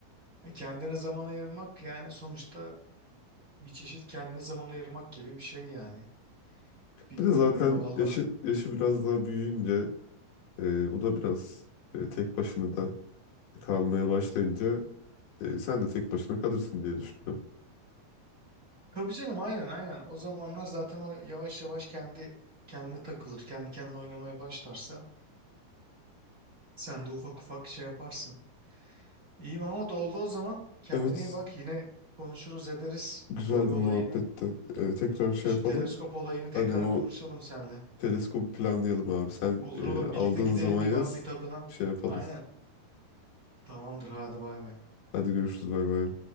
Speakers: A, on the right; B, on the left.
A: E, kendine zaman ayırmak yani sonuçta bir çeşit kendine zaman ayırmak gibi bir şey yani. Bilmiyorum
B: Bir de zaten
A: ya valla.
B: yaşı, yaşı biraz daha büyüyünce Ee, o da biraz e, tek başına da kalmaya başlayınca e, sen de tek başına kalırsın diye düşünüyorum.
A: Tabii canım aynen aynen. O zamanlar zaten o yavaş yavaş kendi kendine takılır. Kendi kendine oynamaya başlarsa sen de ufak ufak şey yaparsın. İyi Mahmut oldu o zaman. Kendine
B: Evet,
A: iyi bak yine konuşuruz ederiz
B: güzel
A: hobi olayına.
B: bir muhabbetti. Ee, tekrar şey
A: Şu
B: yapalım.
A: teleskop olayını tekrar
B: Aynen o
A: konuşalım seninle.
B: teleskobu planlayalım abi. Sen
A: Olur
B: e,
A: olur
B: aldığın
A: birlikte gidelim
B: zaman
A: bir
B: yaz,
A: bak bir tadına.
B: şey yapalım.
A: Aynen. Tamamdır hadi bay bay.
B: Hadi görüşürüz, bay bay.